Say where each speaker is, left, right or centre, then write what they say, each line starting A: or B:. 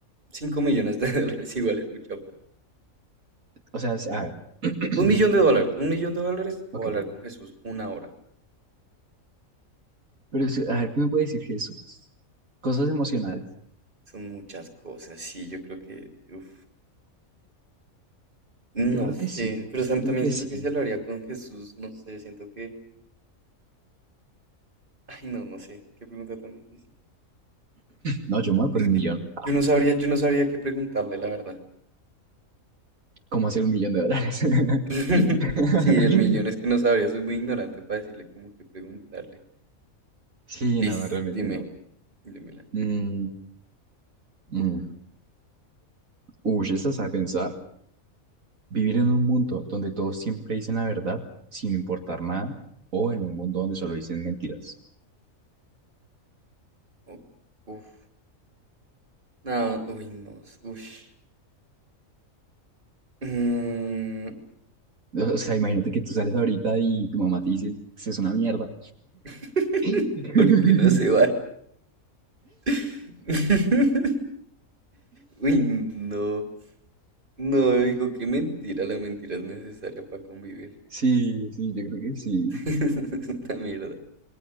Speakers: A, on the right (about 40°); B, on the right (about 70°).
A: 5 millones de <laughs> dólares iguales, mucha plata.
B: O sea, si- a
A: Mm.
B: ver. <clears throat>
A: Un millón de dólares, un millón de dólares
B: Ok,
A: o hablar
B: ok.
A: con Jesús una hora.
B: Pero es que, a ver, ¿qué me puede decir Jesús? Cosas emocionales.
A: Son muchas cosas, sí, yo creo que, uf, No
B: Yo creo
A: sé,
B: que sí.
A: pero sam-
B: Yo creo
A: también
B: que
A: siento
B: sí.
A: que si hablaría con Jesús, no sé, siento que, ay no, no sé, qué pregunta tan difícil.
B: No, yo me voy por
A: Pero es
B: el
A: que
B: millón.
A: yo
B: Ah,
A: no sabría, yo no sabría qué preguntarle, la verdad.
B: ¿cómo hacer un millón de dólares?
A: <laughs>
B: <laughs>
A: Sí, el millón es que no sabría, soy muy ignorante para decirle cómo que preguntarle.
B: Sí,
A: Liz,
B: no, realmente
A: dime,
B: no.
A: dímela.
B: Mm, mm. Uy, esa sabe pensar. Vivir en un mundo donde todos siempre dicen la verdad sin importar nada, o en un mundo donde solo dicen mentiras.
A: U- Uf. No, uy, no. s- Ush. Mm,
B: O sea, imagínate que tú sales ahorita y tu mamá te dice, "Eso es una mierda.
A: <laughs>
B: <laughs>
A: ¿Por qué no se va? <laughs> Uy, no. No, digo, qué mentira. La mentira es necesaria para convivir.
B: Sí, sí, yo creo que sí.
A: <laughs> Es una mierda.